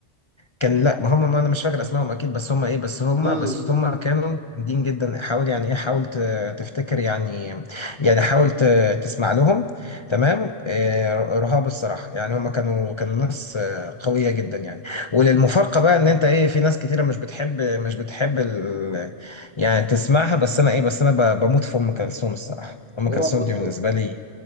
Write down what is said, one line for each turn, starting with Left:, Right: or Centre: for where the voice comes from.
Left: كان لا ما هم ما انا مش فاكر اسمائهم اكيد بس هم ايه بس هم
Right: امم
Left: بس هم كانوا جامدين جدا حاول يعني ايه حاول ت- تفتكر يعني يعني حاول ت- تسمع لهم تمام آه، رهاب الصراحه يعني هم كانوا كانوا ناس آه، قويه جدا يعني وللمفارقه بقى ان انت ايه في ناس كتيره مش بتحب مش بتحب ال يعني تسمعها بس انا ايه بس انا ب- بموت في ام كلثوم الصراحه ام
Right: بقى
Left: كلثوم
Right: بص
Left: دي بالنسبه لي